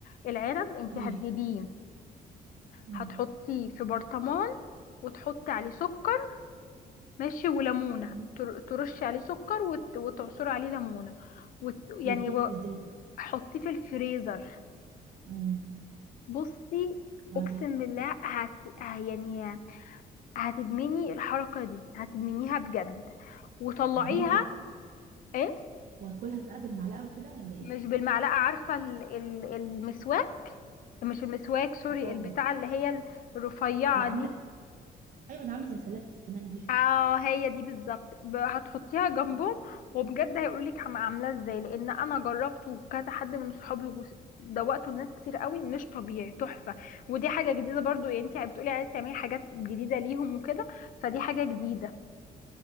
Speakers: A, on the left; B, on the right.
A: العنب انت
B: قوليلي
A: هتجيبيه
B: مم.
A: هتحطيه في برطمان وتحطي عليه سكر ماشي وليمونه
B: مم.
A: تر- ترشي عليه سكر وت- وتعصري عليه ليمونه وت... يعني
B: بيتاكل
A: و-
B: ازاي بقى
A: حطيه في الفريزر
B: مم.
A: بصي
B: وبعدين
A: اقسم بالله هت... ه- يعني هتدمني الحركه دي هتدمنيها بجد وطلعيها
B: يعني هي تت...
A: ايه
B: واكلها بقى بالمعلقة وكده ولا ايه
A: مش بالمعلقه عارفه ال... ال... المسواك مش المسواك سوري
B: اه
A: البتاعه اللي هي الرفيعه
B: اللي عاملة
A: دي
B: ايوه اللي عاملة زي سلة السنان دي
A: اه هي دي بالظبط ب- هتحطيها جنبهم
B: مم.
A: وبجد هيقولولك عم- عاملاه ازاي لان انا جربته وكذا حد من صحابي وس- دوقته لناس كتير قوي مش طبيعي تحفه ودي حاجه جديده برضو يعني انت بتقولي عايزه تعملي حاجات جديده ليهم وكده فدي حاجه جديده